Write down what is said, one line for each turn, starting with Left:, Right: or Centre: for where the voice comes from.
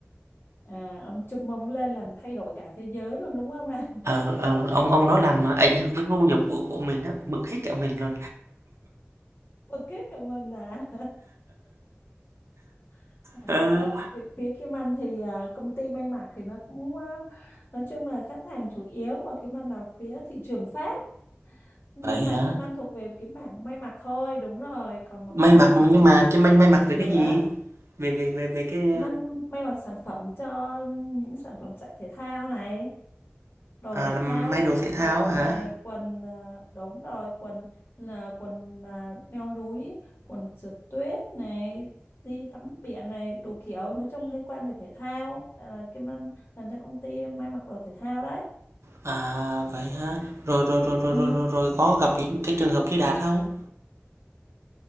Left: à ông chum mông lên làm thay đổi cả thế giới luôn đúng không này
Right: ờ, ờ, ông ông
Left: <laughs>
Right: đó làm ờ, ảnh hưởng đến thu
Left: Ừ.
Right: nhập của của mình đó bực hết cả mình luôn
Left: Bực kết cả mình à <laughs> À,
Right: Ờ,
Left: phía phía Kim Anh thì à, công ty may mặc thì nó cũng à, nói chung là khách hàng chủ yếu của Kim Anh là phía thị trường Pháp nhưng
Right: vậy
Left: mà
Right: hả
Left: kiếm ăn thuộc về cái mảng may mặc thôi đúng rồi còn một
Right: may
Left: cái mảng
Right: mặc
Left: nữa
Right: nhưng mà
Left: là xuất
Right: cái may
Left: nhập
Right: may
Left: khẩu
Right: mặc về
Left: nữa
Right: cái gì về về về về cái
Left: kiếm ăn may mặc sản phẩm cho những sản phẩm chạy thể thao này đồ
Right: à,
Left: thể
Right: làm
Left: thao
Right: may đồ
Left: chạy
Right: thể thao
Left: bộ
Right: hả
Left: này quần à, đúng rồi quần là quần à, leo núi quần trượt tuyết này đi tắm biển này đủ kiểu nói chung liên quan về thể thao Tại là kiếm ăn làm cho công ty may mặc đồ thể thao đấy
Right: à vậy hả rồi rồi rồi rồi
Left: ừ.
Right: rồi rồi, rồi có gặp những cái trường hợp như Đạt không